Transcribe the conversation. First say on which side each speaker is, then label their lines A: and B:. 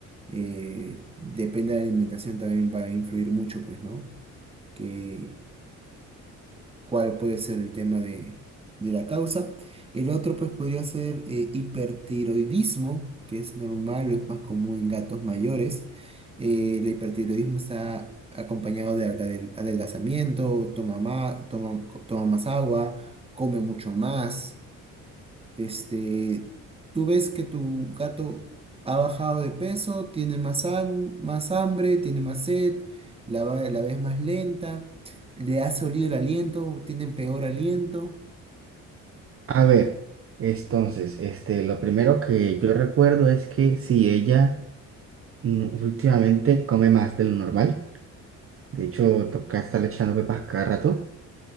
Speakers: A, on the right; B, on the right.
A: eh, depende de la alimentación también va a influir mucho, pues, ¿no? que cuál puede ser el tema de, de la causa. El otro, pues, podría ser eh, hipertiroidismo, que es normal o es más común en gatos mayores. Eh, el hipertiroidismo está acompañado de alga- adelgazamiento, toma más, toma, toma más agua, come mucho más. Este, tú ves que tu gato ha bajado de peso, tiene más, han- más hambre, tiene más sed, la, va- la ves más lenta, le ha oído el aliento, tiene peor aliento.
B: A ver, entonces, este, lo primero que yo recuerdo es que si ella mm, últimamente come más de lo normal, de hecho, toca estarle echando pepas a cada rato.